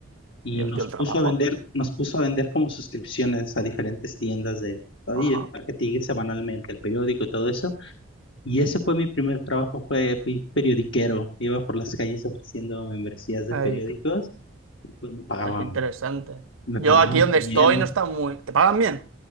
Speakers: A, on the left; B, on the right.
A: y
B: Yo
A: nos
B: estoy el
A: puso
B: trabajo.
A: a vender, nos puso a vender como suscripciones a diferentes tiendas de, oye,
B: Ajá.
A: para que te llegue semanalmente el periódico y todo eso. Y ese fue mi primer trabajo, fue, fui periodiquero, iba por las calles ofreciendo membresías de
B: Ay,
A: periódicos
B: qué
A: y pues me pagaban,
B: qué interesante.
A: me
B: Yo
A: pagaban
B: aquí donde
A: bien.
B: estoy no está muy... ¿Te pagan bien?